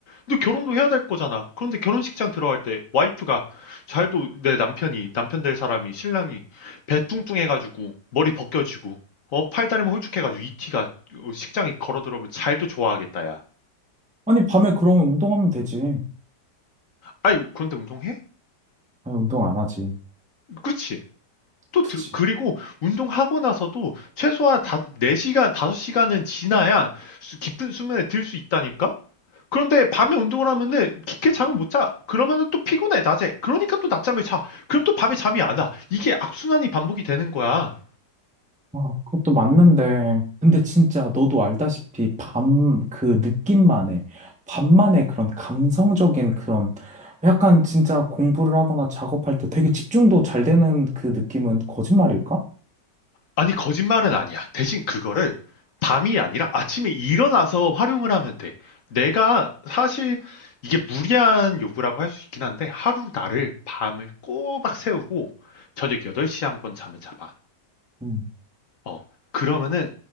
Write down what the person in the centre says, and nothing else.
아니, 밤에 그러면 운동하면 되지.
아니, 운동 안 하지.
그치.
아, 그것도 맞는데. 근데 진짜 너도 알다시피 밤 그 느낌만의, 밤만의 그런 감성적인 그런 약간 진짜 공부를 하거나 작업할 때 되게 집중도 잘 되는 그 느낌은 거짓말일까?
음,